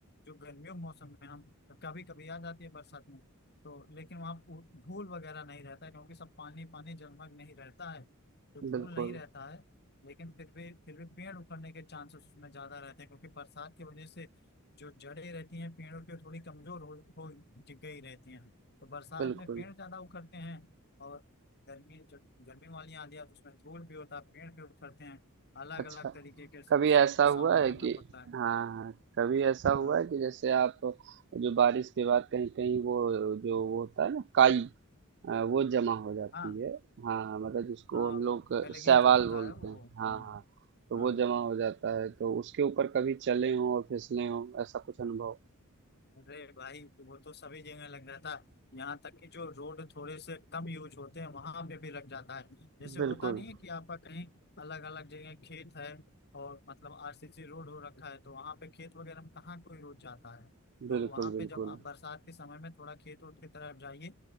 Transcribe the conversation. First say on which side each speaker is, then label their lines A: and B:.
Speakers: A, on the left (about 50°); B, on the right (about 55°).
A: जो गर्मियों के मौसम में हम कभी कभी आ जाती है बरसात में तो लेकिन वहाँ पू- धूल वगैरह नहीं रहता है, क्योंकि सब पानी पानी जलमग्न नहीं रहता है तो धूल
B: बिल्कुल
A: नहीं रहता है लेकिन फिर भी फिर भी पेड़ उखड़ने के चांसेस उसमें ज्यादा रहते हैं क्योंकि बरसात की वजह से जो जड़ें रहती हैं पेड़ों की वो थोड़ी कमजोर हो, हो गई रहती हैं तो बरसात
B: बिल्कुल
A: में पेड़ ज्यादा उखड़ते हैं और गर्मी जब गर्मी वाली आंधी आती है तो उसमें धूल भी होता है पेड़ भी उखड़ते हैं अलग
B: अच्छा
A: अलग तरीके के समस्याओं
B: कभी ऐसा
A: का
B: हुआ
A: सामना
B: है
A: करना
B: कि
A: पड़ता है
B: हाँ कभी ऐसा हुआ
A: हाँ
B: है कि जैसे आप जो बारिश के बाद कहीं कहीं वो जो वो होता है ना काई अ, वो जमा हो जाती
A: हाँ
B: है हाँ हाँ मतलब जिसको
A: हाँ
B: हम
A: वो
B: लोग
A: एलगी
B: सवाल
A: जो होता
B: बोलते
A: है वो
B: हैं हाँ
A: हाँ
B: हाँ तो
A: हाँ
B: वो जमा हो जाता है तो उसके ऊपर कभी चले हों और फिसले हों ऐसा कुछ अनुभव
A: अरे भाई वो तो सभी जगह लग जाता है यहाँ तक कि जो रोड थोड़े से कम यूज होते हैं वहां पे भी लग जाता है जैसे
B: बिल्कुल
A: होता नहीं है कि आपका कहीं अलग अलग जगह खेत है और मतलब आरसीसी रोड हो रखा है तो वहां पे खेत वगैरह में कहाँ कोई रोड जाता है तो
B: बिल्कुल
A: वहां
B: बिल्कुल
A: पे जब आप बरसात के समय में थोड़ा खेत वोट की तरफ जाइए